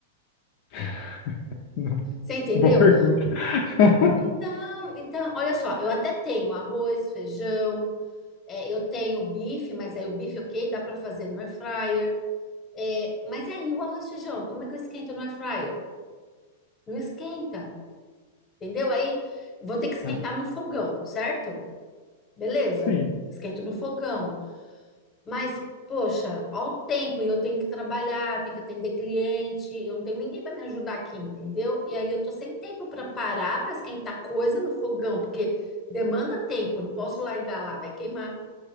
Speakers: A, on the left (about 55°); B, on the left (about 25°).
A: <laughs> Não,
B: Você entendeu?
A: boa pergunta. <laughs>
B: Então, então, olha só, eu até tenho arroz, feijão, é, eu tenho bife, mas aí o bife, ok, dá para fazer no air fryer. É, mas e aí o arroz e feijão, como é que eu esquento no air fryer? Não esquenta, entendeu? Aí eu vou ter que esquentar
A: Ah,
B: no fogão, certo? Beleza,
A: Sim,
B: esquento no fogão. Mas, poxa, ao tempo, e eu tenho que trabalhar, tenho que atender cliente, eu não tenho ninguém para me ajudar aqui, entendeu? E aí eu tô sem tempo para parar para esquentar coisa no fogão, porque demanda tempo, não posso largar lá, vai queimar.